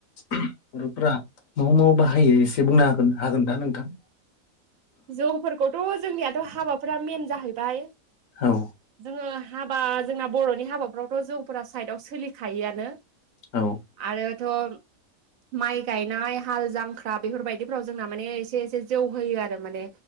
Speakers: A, on the left; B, on the right.
A: बर'फ्रा मोव मोव बाहायो एसे बुंनो हागो हागोन दा नोंथां
B: जौफोरखौथ' जोंनियाथ' हाबाफोरा मेन जाहैबाय
A: औ
B: जोङो हाबा जोंना बर'नि हाबाफ्रावथ' जौफोरा साइदआव सोलिखायोआनो
A: औ
B: आरो द' माइ गायनाय हाल जांख्रा बेफोरबायदिफोराव जोंना माने एसे एसे जौ होयो आरो माने